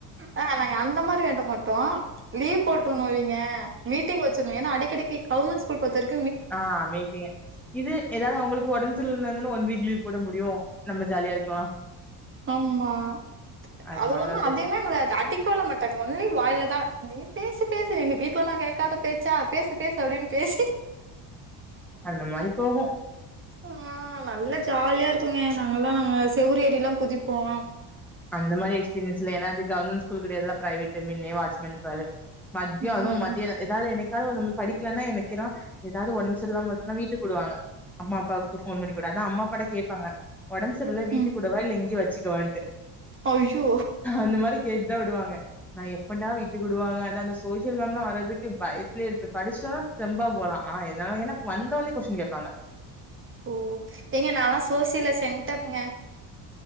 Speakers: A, on the right (about 30°); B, in the centre.
A: ஆ நாங்க அந்த மாதிரி வேண்ட மாட்டோம் லீவ் போட்டுருணோவிங்க மீட்டிங் வச் சனும் ஏன்னா அடிக்கடிக்கு கவர்மெண்ட் ஸ்கூல் பொறுத்த வரைக்
B: ஆ மீட்டிங்க இது ஏதாவது அவுங்களுக்கு உடம்பு சர்ல்லனா ஒன் வீக் லீவ் போட முடியும் நம்ம ஜாலியா இருக்கலா
A: ஆமா
B: அதனால
A: அதுவும் இல்லாம
B: அது
A: அதேமே எங்க அடிக்கலாம் மாட்டாங்க ஒன்லி வாயிலதான் நீ பேசு பேசு எங்க வீட்டுல எல்லா கேட்காத பேச் சா பேசு பேசு அப்படின்னு பேசி
B: அந்த மாரி போகு
A: ஆஹ் நல்லா ஜாலியா இருக்குங்க நாங்கெல்லாம் நாங்க செவுரு ஏறிலாம் குதிப்போம்
B: அந்த மாதிரி எஸ்பரியன்ஸ்ல்ல ஏன்னாது கவர்மெண்ட்ஸ்கூல் கிடையாதுல்ல பிரைவேட்டுன்னே வாட்சஸ்மன் இருப்பாரு மத்தியானோம்
A: ம்
B: மத்தியம் ஏதாவது எனக் ஏதாவது உம் படிக்கலன்னா எனக்கிறோ ஏதாவது ஒடம்பு சரிஇல்லாட்டி வீட்டுக்குடுவாங்க அம்மா அப்பாக்கு போன் பண்ணி கூடாது அதான் அம்மா அப்பா கேட்பாங்க உடம்பு சரியில்ல வீட்டு
A: ம்
B: கூடவா இல்ல இங்க வச் வச்சிக்க வான்ட்டு
A: ஐயோ
B: அந்த மாதிரி கேட்டுதான் விடுவாங்க நான் எப்படா வீட்டுக்கு விடுவாங்க அந்த அந்த ஸ்கூல் சோசியல் மேம் எல்லாம் வர்ரது இ பயத்திலேயே இருக்கு படிச்சிட்டன தெம்பா போலாம் ஆனா ஏன்னா வந்தோன கொஸ்டின் கேட்பாங்க
A: ஓ எங்க நான்லாம் சோசியல சென்ட்டம்ங்க